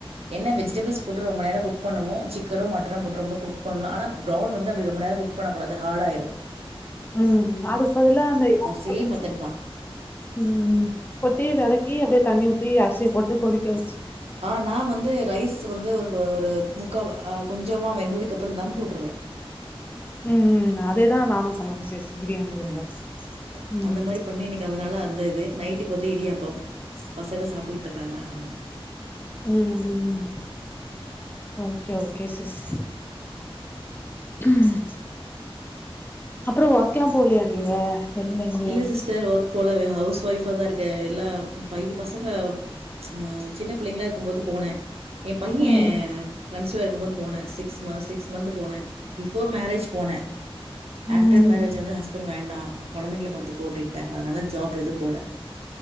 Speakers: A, on the right; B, on the left.
A: என்ன வெஜ் விஜிடபிள்ஸ் போட்டு ரொம்ப நேர குக் பண்ணுவோ சிக்கனோ மட்டனோ போட்டு ரொம்ப குக் பண்ணு ஆனா ஃபிரௌன் வந்து அப்டி ரொம்ப நேர குக் பண்ணக்கூடாது ஹாடாயிரு
B: ம் அதுக் பதுலா அந்த <inaudible>
A: சேம் மெத்தட் தா
B: ம் ம் கொட்டி வெதக்கி அப்டியே தண்ணி ஊத்தி அரிசிய போட்டு கொதிக்க வெச்
A: ஆஹ் நா வந்து ரைஸ் வந்து ஒரு ஒரு முக்கா ஆஹ் கொஞ்சமா வெந்ததுக் பறோ தம் போட்ருவே
B: ம் ம் அதேதா நானு பண்ணனு சிஸ் பிரியாணி தெரிஞ்சா
A: ஆஹ்
B: ம்
A: அந்த மாரி பண்ணி இன்னக்கி அதனால அந்த இது நைட் டுக்கு வந்து இடியாப்பம் பசங்க சாப்டுகிட்டு இருக்காங்க ஆமா
B: ம் ம் ம் ஓகே ஓகே சிஸ் ம் அப்றோ ஒர்க்கெலா போலியா நீங்க வெளில எங்கயு
A: இல்ல சிஸ்டர் ஒர் போல ஹவுஸ் ஒய்ஃபா தா இருக்கே எல்லா பைய பசங்க ச் ம் சின்ன பிள்ளைங்களா இருக்கும்போது போ னே எ பைய
B: ம்
A: கன்ஸிவா இருக்கும் போனே சிக்ஸ் சிக்ஸ் மந்த் போனே பிஃபோர் மேரேஜ் போனே ஆஃப்டர்
B: ம்
A: மேரேஜ் வந்து ஹஸ்பண்ட் வேண்டா கொழந்தைங்கள பாத்துக்கோ அப்டின்ட்டாங்க அதனால ஜாப் எதும் போல